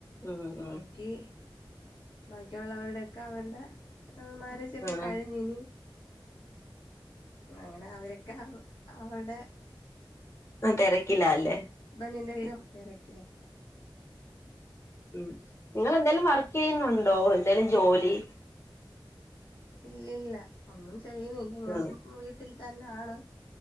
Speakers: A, on the left; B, on the left.
A: ആഹ് അഹ്
B: ബാക്കി ബാക്കിയുള്ളവരുടെയൊക്കെ അവരുടെ മാരേജ് ക്കെ
A: ആഹ്
B: കഴിഞ്ഞിനി അങ്ങനെ അവരക്കെ ആഹ് അവടെ
A: അഹ് തെരക്കിലാല്ലേ
B: ബ്ബ നിന്നെ <unintelligible>
A: ഉം നിങ്ങള് എന്തേലും വർകെയ്യുന്നു ണ്ടോ എന്തേലും ജോലി
B: ഇല്ല്ല്ല ഒന്നും ചെയ്യുന്നില്ല ഞാന്പ്പം
A: ഉം
B: വീട്ടിൽ തന്നാണ്